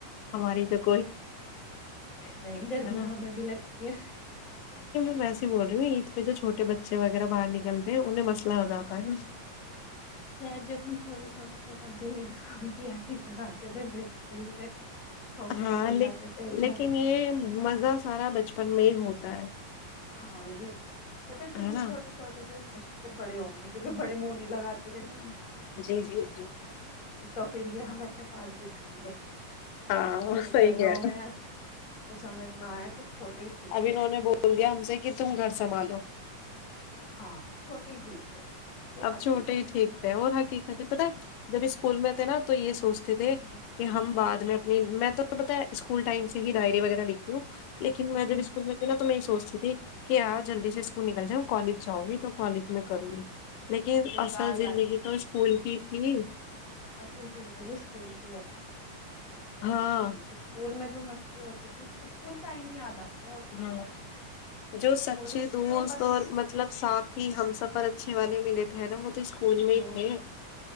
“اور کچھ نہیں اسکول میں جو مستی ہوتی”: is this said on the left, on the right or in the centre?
Left